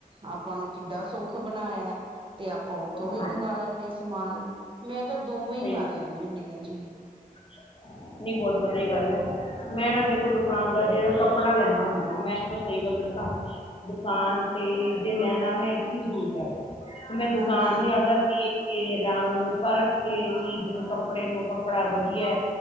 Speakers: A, on the right; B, on the left.
A: ਆਪਾਂ ਨੂੰ ਕਿੱਡਾ ਸੁੱਖ ਬਣਾਯੈ ਤੇ ਆਪਾਂ ਉੱਥੋਂ ਵੀ
B: ਹਾਂਜੀ
A: ਮੰਗਾ ਲੈਂਣੇ ਆਂ। ਸਮਾਨ, ਮੈਂ ਤਾਂ ਦੋਵੇਂ
B: ਸਹੀ
A: ਹੀ ਕਰ ਲੈਣੀ ਹੁਣੀ ਆ ਜੀ।
B: <inaudible> ਨਹੀਂ ਬਹੁਤ ਵਧੀਆ ਗੱਲ ਐ, ਮੈਂ ਨਾ ਦੇਖੋ ਦੁਕਾਨਦਾਰ ਜਿਹੜੇ ਕੋ ਕੱਪੜਾ ਲੈਣਾ ਹੁੰਦੈ, ਮੈਂ ਤਾਂ ਸਹੀ ਗੱਲ ਦੱਸ ਸਾ ਦੁਕਾਨ ਤੇ ਜੇ ਲੈਣਾ ਮੈਂ ਇੱਕ ਈ ਸੂਟ ਹੈ। ਮੈਂ ਦੁਕਾਨ
A: ਜੀ
B: ਤੇ ਆਬਦਾ ਵੇਖ ਕੇ ਰੰਗ ਪਰਖ ਕੇ, ਚੀਜ਼ ਨੂੰ, ਕੱਪੜੇ ਨੂੰ, ਕੱਪੜਾ ਵਧੀਐ